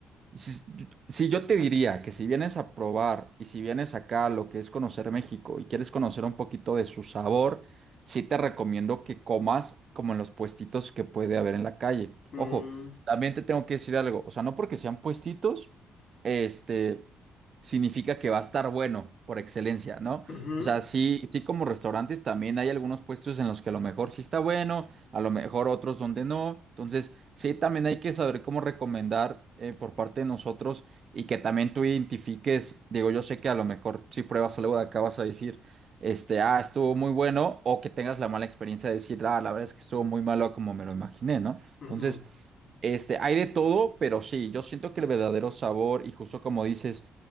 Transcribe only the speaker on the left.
Mm,
ujú,
ujú,